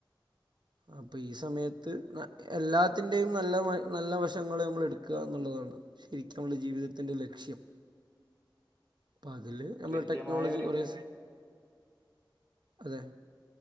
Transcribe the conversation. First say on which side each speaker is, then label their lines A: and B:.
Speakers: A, on the right (about 30°); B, on the right (about 60°).
A: <inaudible>
B: അപ്പം ഈ സമയത്ത് എല്ലാത്തിൻ്റെയും നല്ല നല്ല വശങ്ങൾ നമ്മൾ എടുക്ക എന്നുള്ളതാണ് ശരിക്കാന്മളെ ജീവിതത്തിൻ്റെ ലക്ഷ്യം അപ്പ അതില് നമ്മള
A: കൃത്യമായ
B: ടെക്നോളജി
A: ഒരു
B: തായേ ഓര് അതെ